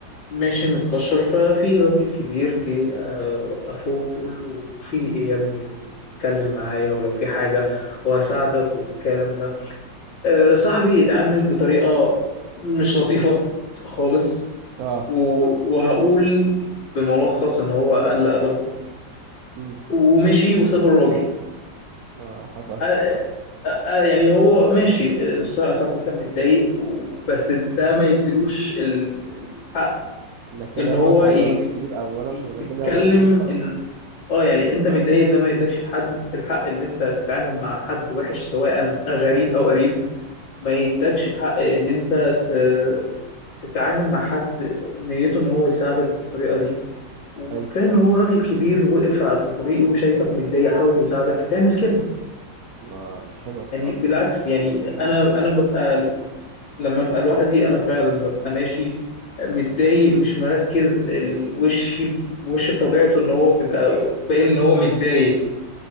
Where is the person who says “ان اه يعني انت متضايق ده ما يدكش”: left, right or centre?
Left